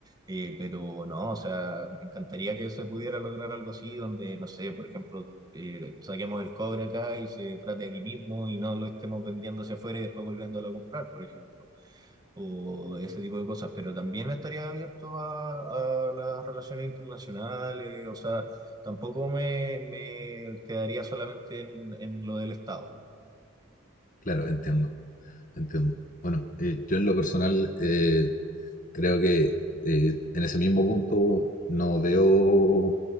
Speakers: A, on the right; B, on the left.
A: Eh, pero no, o sea, me encantaría que se pudiera lograr algo así, donde, no sé, por ejemplo, eh, saquemos el cobre acá y se trate aquí mismo y no lo estemos vendiendo hacia afuera y después volviéndolo a comprar, por ejemplo, o ese tipo de cosas. Pero también estaría abierto a, a las relaciones internacionales, o sea, tampoco me, me quedaría solamente en, en lo del Estado.
B: Claro, entiendo, entiendo. Bueno, eh, yo en lo personal eh, creo que eh, en ese mismo punto no veo